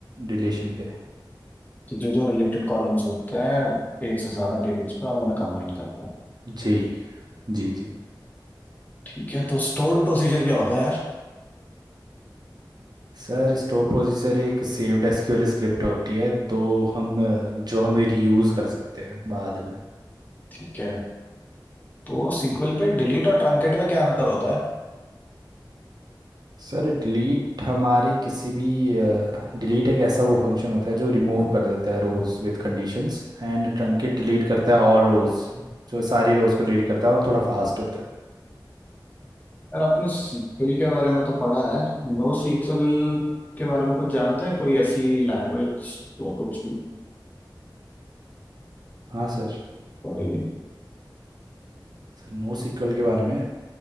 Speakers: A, on the right; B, on the left.
A: रिलेशन पे
B: जो जो रिलेटेड कॉलम्स होते हैं एक से ज्यादा टेबल्स पे हम उन्हें कंबाइन करते हैं
A: जी जी जी
B: ठीक है तो स्टोर्ड प्रोसीजर क्या होता है यार
A: सर स्टोर पोजीशनर एक सेव्ड एसक्यूएल स्क्रिप्ट होती है दो हम अ, जो हम रीयूज़ कर सकते हैं बाद में
B: ठीक है तो सीक्वल पे डिलीट और ट्रंकेट में क्या अंतर होता है
A: सर डिलीट हमारे किसी भी डिलीट एक ऐसा वो फंक्शन होता है जो रिमूव कर देता है rows with conditions and truncate delete करता है और रोज़ जो सारी रोज़ को डिलीट करता है और थोड़ा फास्ट होता है
B: यार आपने सीक्वल के बारे में तो पढ़ा है नो सीक्वल के बारे में कुछ जानते हैं कोई ऐसी लैंग्वेज तो कुछ भी
A: हाँ सर
B: पता ही नहीं।
A: सर नो सीक्वल के बारे में